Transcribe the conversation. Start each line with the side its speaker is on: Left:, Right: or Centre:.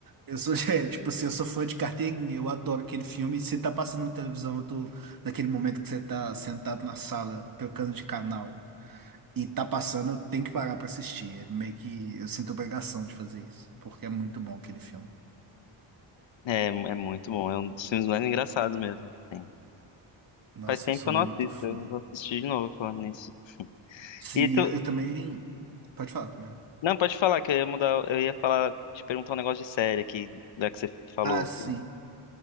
Right: Eu sou, <laughs> é, tipo assim, eu sou fã de carteirinha, eu adoro aquele filme. Se tá passando na televisão, eu tô naquele momento que você tá sentado na sala, trocando de canal, e tá passando, eu tenho que parar pra assistir. É meio que eu sinto obrigação de fazer isso, porque é muito bom aquele filme.
Left: É, é muito bom. É um dos filmes mais engraçados mesmo. que tem.
Right: Nossa,
Left: Faz tempo
Right: eu sou
Left: que eu
Right: muito
Left: não assisto.
Right: fã.
Left: Eu vou assistir de novo falando nisso.
Right: Sim,
Left: E tu.
Right: eu, eu também. Pode falar, pode falar.
Left: Não, pode falar, que eu ia mudar. Eu ia falar, te perguntar um negócio de série aqui, já que você falou.
Right: Ah, sim.
Left: que-